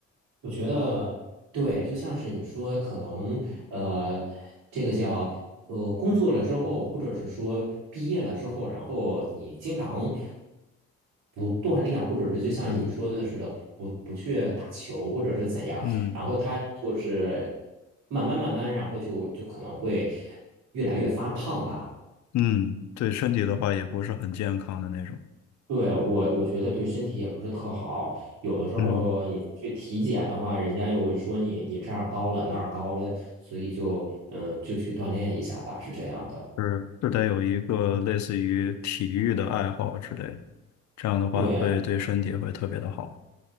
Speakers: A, on the right; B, on the left.
A: 我觉得对，就像是你说，可能呃，这个叫呃，工作了之后，或者是说毕业了之后，然后你经常不锻炼，或者是就像你说的似的，
B: 嗯
A: 不不去打球，或者是怎样，
B: 嗯
A: 然后他就是慢慢慢慢，然后就就可能会越来越发胖吧。
B: 嗯，对身体的话也不是很健康的那种，
A: 对，我我觉得对身体也不是特好，有的时候你再去体检的话，
B: 嗯。
A: 人家又会说你你这儿高了那儿高了，所以就嗯、呃就去锻炼一下吧，是这样的。
B: 是是得有一个类似于体育的爱好之类的，这样的话会对身体会特别的好。
A: 对，